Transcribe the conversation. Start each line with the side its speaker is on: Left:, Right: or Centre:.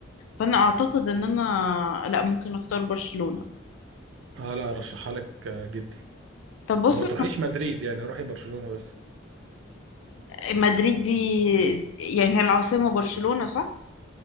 Left: فانا اعتقد ان انا لا ممكن اختار برشلونة
Right: اه لا ارشحها لك آه، جدا
Left: طب بص
Right: وما تروحيش مدريد يعني روحي برشلونة بس
Left: مدريد دي يعني هي العاصمة برشلونة صح